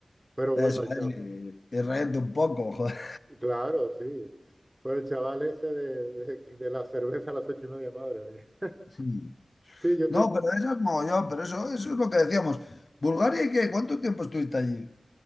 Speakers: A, on the right (about 25°); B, on the left (about 55°).
A: Pero
B: eso
A: bueno, el chaval,
B: es, y, y reírte un poco, <laughs> joder.
A: claro, sí. Pero el chaval ese de, de, de la cerveza a las ocho y media, madre mía.
B: Mm.
A: Sí, yo
B: No,
A: te,
B: pero eso es mogollón, pero eso, eso es lo que decíamos. ¿Bulgaria y qué? ¿Cuánto tiempo estuviste allí?